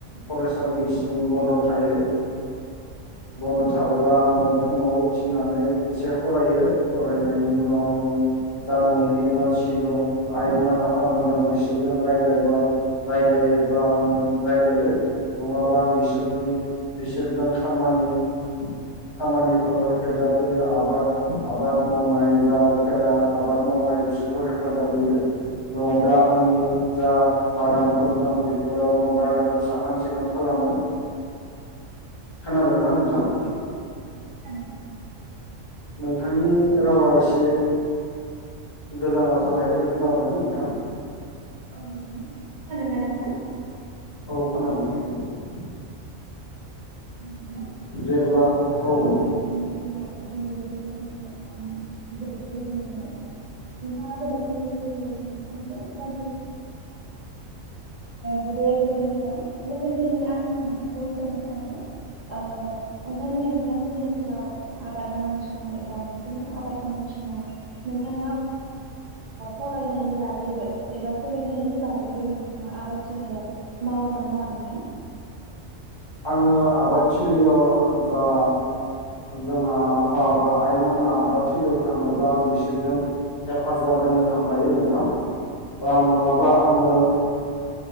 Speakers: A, on the left (about 20°); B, on the right (about 55°).
A: फरायसालिसिम बन्द' थायो बन्द' थाब्ला आङो फुङाव उथिनानै एसे फरायो फरायनायनि उनाव आङो जा न'नि मानसि दं आइमोन आफामोन दं बिसोरजों रायलायबा रायलायोब्ला आङो रायलायो नङाबा आं बिसोरनि बिसोरजों खमानि खामानिफोराव हेफाजाब होयो आबाद-आबाद मावनाय जा उफेरा आबाद मावनाय बिसोरखौ हेफाजाब होयो नङाब्ला आंनि जा बागानफोर दं बेफोराव बागानखौ साखोन सिखोन खालामो खोनादोंना नोंथां?
B: औ खोनादों
A: नोंथांनि रावा एसे गोजानाव थानाय बायदि खोनादों नोंथां
B: औ नोंथां खोनादोंना नोंथां
A: औ खोनादों नोंथां औ
B: <unintelligible>
A: जेब्ला औ
B: <unintelligible> <unintelligible> <unintelligible> हुदाया जोबोर मोजां लोगोसेनो आं नोंथांखौ सोंनो सानो ओ नोंथांनि नोंथांमोननि ओनसोलाव आबाद मावनाय समाव एबा नोंसोरनो आबाद मावनाय समाव नोंथाङा फरायनायनि बागैबो एबा सोलोंथाइनि बागैबो नोंथाङा आबाद थलियाव मावो ना मावा नोंथां?
A: आङो आबाद थिलियाव जा जोंहा आफा बा आइमोना आबाद थलियाव थाङोब्ला आं बिसोरजों हेफाजाब होनो थांफायो नोंथां नङा- ब्ला आङो
B: औ